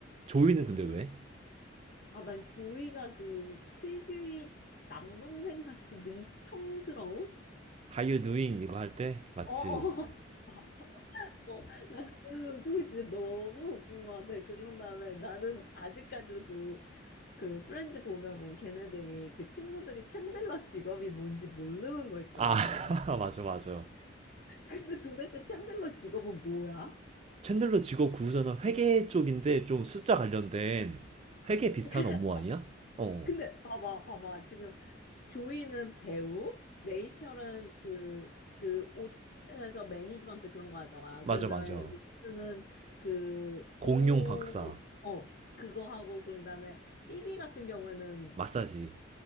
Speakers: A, on the right; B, on the left.
A: 조이는
B: 아,
A: 근데 왜?
B: 아, 난 조이가 그 특유의 남동생 같이 능청스러움?
A: How you doing? 이거 할 때? 맞지?
B: 어, 어, <laughs> 맞아. 어, 나 그, 그거 진짜 너무 웃긴 것 같아. 그런 다음에 나는 아직까지도 그, 그 프렌즈 보면은 걔네들이 그 친구들이 챈들러 직업이 뭔지 모르는 거 있잖아.
A: 아, <laughs> 맞아, 맞아.
B: 근데 도대체 챈들러 직업은 뭐야?
A: 챈들러 직업 구조는 회계 쪽인데 좀 숫자 관련된 회계 비슷한
B: 그러니까
A: 업무 아니야? 어,
B: 근데 봐봐, 봐봐. 지금 조이는 배우, 레이첼은 그, 그 옷에서 매니지먼트 그런 거 하잖아.
A: 맞아,
B: 그런
A: 맞아.
B: 다음에 루스는 그,
A: 공룡
B: 고,
A: 박사.
B: 어, 그거 하고, 그런 다음에 피비 같은 경우에는
A: 마사지.